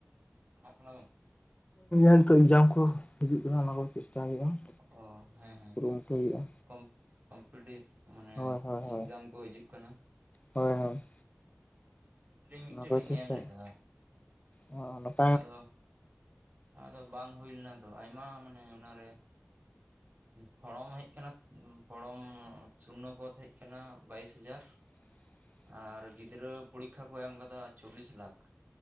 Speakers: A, on the right; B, on the left.
A: ᱯᱟᱲᱦᱟᱜ ᱠᱟᱱᱟ ᱵᱮᱱ?
B: ᱱᱤᱛᱚᱜ ᱮᱠᱡᱟᱢ ᱠᱚ ᱦᱤᱡᱩᱜ ᱠᱟᱱᱟ ᱚᱱᱟ ᱠᱚ ᱪᱮᱥᱴᱟᱭ ᱦᱩᱭᱩᱜᱼᱟ
A: ᱚ ᱦᱮᱸ ᱦᱮᱸ
B: ᱠᱩᱨᱩᱢᱩᱴᱩᱭ ᱦᱩᱭᱩᱜᱼᱟ
A: ᱠᱚᱢ ᱠᱚᱢᱯᱤᱴᱤᱵᱷ ᱢᱟᱱᱮ
B: ᱦᱳᱭ ᱦᱳᱭ ᱦᱳᱭ
A: ᱮᱠᱡᱟᱢ ᱠᱚ ᱦᱤᱡᱩᱜ ᱠᱟᱱᱟ
B: ᱦᱳᱭ ᱦᱳᱭ
A: ᱟᱹᱞᱤᱧ ᱢᱤᱫᱴᱮᱡ
B: ᱱᱟᱯᱟᱭ
A: ᱞᱤᱧ
B: ᱴᱷᱤᱠ
A: ᱮᱢ
B: ᱥᱮ
A: ᱞᱮᱫᱟ
B: ᱚ
A: ᱟᱫᱚ ᱟᱫᱚ ᱵᱟᱝ ᱦᱩᱭ ᱞᱮᱱᱟ ᱛᱚ ᱟᱭᱢᱟ ᱢᱟᱱᱮ ᱚᱱᱟᱨᱮ ᱯᱷᱚᱲᱚᱢ ᱦᱮᱡ ᱠᱟᱱᱟ ᱯᱷᱚᱲᱚᱢ ᱥᱩᱱᱚ ᱯᱚᱫ ᱦᱮᱡ ᱠᱟᱱᱟ ᱵᱟᱭᱤᱥ ᱦᱟᱡᱟᱨ
B: ᱻ
A: ᱟᱨ ᱜᱤᱫᱽᱨᱟᱹ ᱯᱚᱨᱤᱠᱷᱟ ᱠᱚ ᱮᱢ ᱠᱟᱫᱟ ᱪᱚᱵᱵᱤᱥ ᱞᱟᱠᱷ